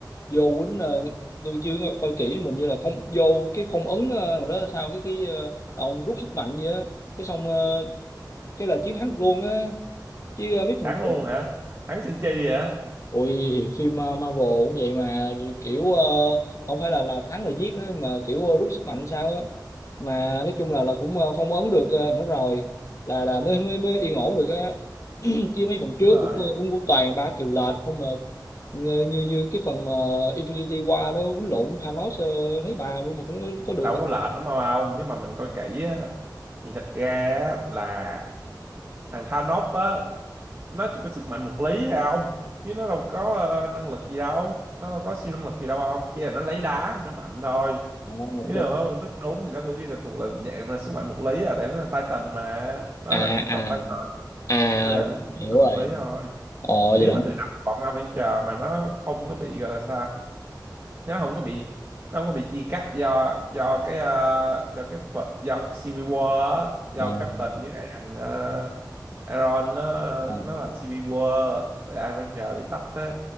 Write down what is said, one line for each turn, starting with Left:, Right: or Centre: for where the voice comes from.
Left: vô quýnh ờ, tôi chưa có- coi kỹ mình như là phong vô cái phong ấn ờ, rồi đó sao cái cái ờ, ông rút sức mạnh vậy á cái xong ờ, cái là chiến thắng luôn á chứ ờ, mấy phần
Right: thắng
Left: trước
Right: luôn hả thắng Senchi hả
Left: ui thì phim ờ, Marvel cũng vậy mà kiểu ờ, không phải là là thắng là giết đó mà kiểu ờ, rút sức mạnh sao á mà nói chung là là cũng ờ, phong ấn được ờ, hết rồi là là mới mới mới yên ổn được á <clears throat> chứ mấy phần trước
Right: đúng rồi
Left: cũng ờ, cũng cũng toàn ba triệu lệch không mà như như như cái phần mà Infinity War đó quýnh lộn Thanos ờ, thấy bà luôn mà cũng có có được
Right: đâu
Left: đâu
Right: có lệch lắm mà không nếu mà mình coi kỹ á, thì thật ra á, là thằng Thanos á nó chỉ có sức mạnh vật lý thôi không chứ nó đâu có ờ, năng lực gì đâu nó đâu có siêu năng lực gì đâu không chỉ là nó lấy đá nó mạnh thôi
Left: à,
Right: chứ
Left: chờ
Right: là nó
Left: đó
Right: phân tích đúng thì nó cũng chỉ là thuộc là dạng là sức mạnh vật lý à tại nó là Titan mà nó
Left: à
Right: là chủng
Left: à
Right: tộc Titan
Left: à
Right: nên là nó chỉ có
Left: hiểu
Right: sức mạnh
Left: rồi
Right: vật lý thôi
Left: ồ vậy
Right: nếu
Left: là
Right: mà
Left: không
Right: từ đầu bọn Avenger mà nó không có bị gọi là sao ta? nó không có bị nó không có bị chia cắt do do cái ờ, do cái ph- do Civil War á, do
Left: à,
Right: Captain với lại thằng ờ, Iron nó
Left: à,
Right: nó làm Civil War rồi Avenger bị tách á